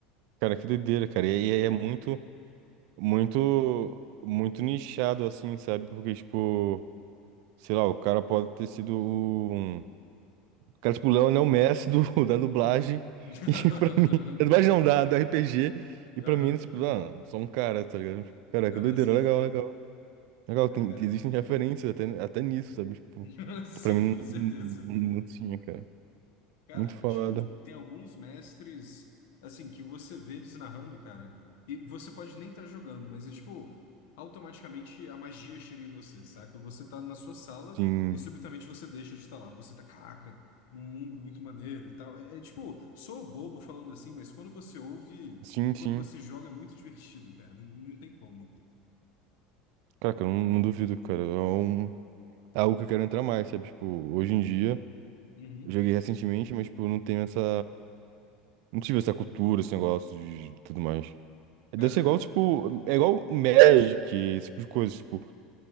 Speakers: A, on the right (about 65°); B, on the left (about 75°).
A: Cara, que doideira, cara. E e é muito, muito, muito nichado, assim, sabe? Porque, tipo, sei lá, o cara pode ter sido um... O cara, tipo, o Léo é o Messi do, <laughs> da dublagem.
B: <laughs>
A: E <laughs> pra mim... Da dublagem não, da, do RPG. E
B: Aham,
A: pra mim, tipo, ah, só um cara, tá ligado? Tipo, Caraca,
B: aham,
A: doideira,
B: sim.
A: legal, legal. Legal,
B: É,
A: tem,
B: cara.
A: tem- existem referências até, até nisso, sabe? Tipo,
B: <laughs> Sim,
A: que pra mim
B: com certeza.
A: não, não, não tinha, cara.
B: Cara,
A: Muito foda.
B: é, tipo, tem alguns mestres, assim, que você vê eles narrando, cara, e você pode nem estar jogando, mas é tipo, automaticamente a magia chega em você, saca? Você tá na sua sala
A: Sim,
B: e subitamente você deixa de estar lá. Você tá, caraca, num mundo muito maneiro e tal. É, é, tipo, sou bobo falando assim, mas quando você ouve
A: sim,
B: e
A: sim.
B: quando você joga é muito divertido, cara. Não não tem como.
A: Cara, cara, eu não, não duvido, cara. É, um, é algo que eu quero entrar mais, sabe? Tipo, hoje em dia,
B: Uhum.
A: joguei recentemente, mas, tipo, eu não tenho essa. Não tive essa cultura, esse negócio de tudo mais. Deve
B: Cara,
A: ser igual, tipo, é igual Magic, esse tipo de coisa. Tipo,